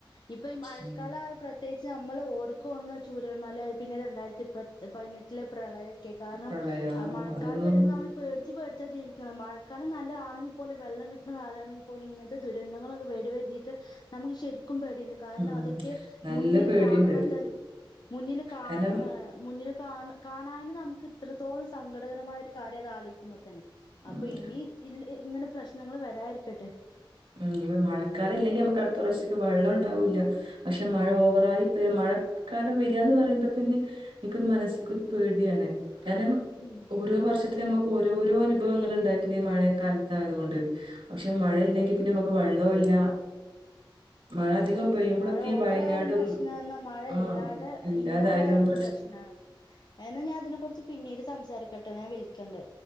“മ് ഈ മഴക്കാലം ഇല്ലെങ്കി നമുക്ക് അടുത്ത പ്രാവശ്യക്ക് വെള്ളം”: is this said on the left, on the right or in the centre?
Right